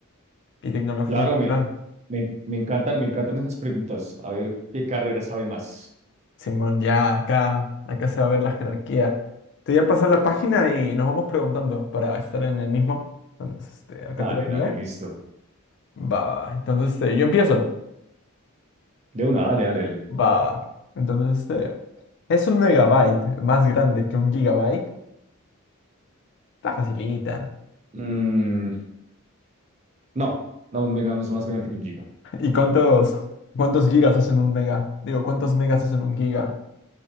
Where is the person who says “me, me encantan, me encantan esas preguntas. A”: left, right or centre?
Right